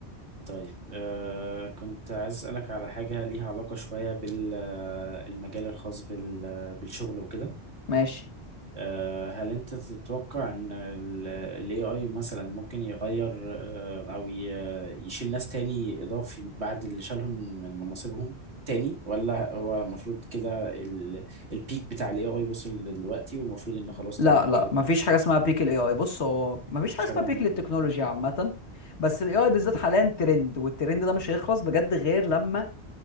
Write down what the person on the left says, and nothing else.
ماشي
لا
لا
مفيش حاجه اسمها بيك الاي اي بص هو مفيش
حاجه اسمها
بيك للتكنولوجيا عامه بس الاي اي بالذات حاليا ترند والترند ده مش هيخلص بجد غير لما